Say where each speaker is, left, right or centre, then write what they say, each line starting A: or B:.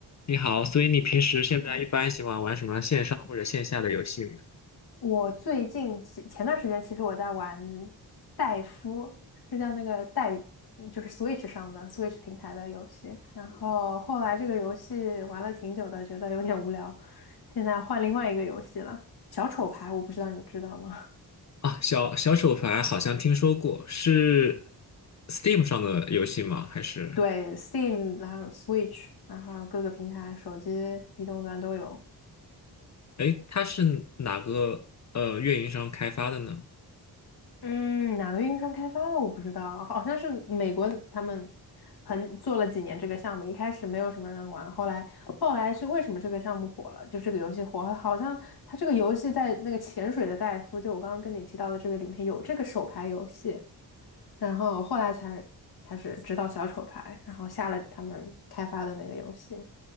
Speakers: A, on the left; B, on the left.
A: 你好，所以你平时现在一般喜欢玩什么线上或者线下的游戏呢
B: 我最近几前段时间，其实我在玩戴夫，是叫那个戴，嗯就是 Switch 上的 Switch 平台的游戏。然后后来这个游戏玩了挺久的，觉得有点无聊，现在换另外一个游戏了，小丑牌，我不知道你知道吗？<laughs>
A: 啊，小小手牌好像听说过，是 Steam 上的游戏吗？还是，
B: 对，Steam，然后 Switch，然后各个平台，手机、移动端都有。
A: 哎，它是哪个呃运营商开发的呢？
B: 嗯，哪个运营商开发的我不知道，好像是美国他们很做了几年这个项目，一开始没有什么人玩，后来后来是为什么这个项目火了？就这个游戏火，好像它这个游戏在那个潜水的戴夫，就我刚刚跟你提到的这个里面有这个手牌游戏，然后后来才开始知道小丑牌，然后下了他们开发的那个游戏。